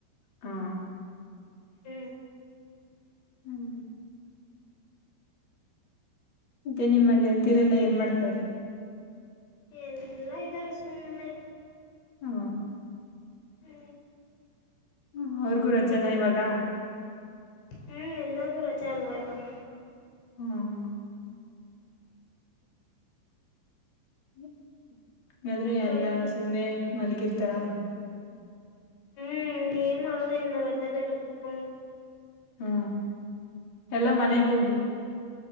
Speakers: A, on the left; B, on the left.
A: ಹಾ
B: ಹ್ಮ್
A: ಹ್ಮ್ ಮತ್ತೆ ನಿಮ್ಮ ಗೆಳತಿರೆಲ್ಲ ಏನ್ ಮಾಡ್ತೇವ್ರಿ
B: ಎಲ್ಲಾ ಇದ್ದಾರೆ ಸುಮ್ಮ್ನೆ
A: ಹ್ಮ
B: ಹ್ಮ್
A: ಹ್ಮ ಅವ್ರಿಗೂ ರಜೆನ ಇವಾಗ
B: ಹ್ಮ್ ಎಲ್ಲರಿಗೂ ರಜೆ ಅಲ್ವಾ ಇವಾಗ
A: ಹ್ಮ್ ಹ್ಮ್ ಅ್ರೆ
B: ಮತ್ತೆ
A: ಎಲ್ಲಾ
B: ಹ್ಞೂ
A: ಸುಮ್ಮ್ನೆ ಮಲ್ಗಿರ್ತರಾ
B: ಹ್ಮ್ ಏನ್ ಮಾಡೋದ ಇನ್ನ ರಜಾದೆಲ್ಲ ಕುೂತ್ಕೊಂಡು
A: ಹ್ಮ ಎಲ್ಲ ಮನೆ ಹೋಗಿ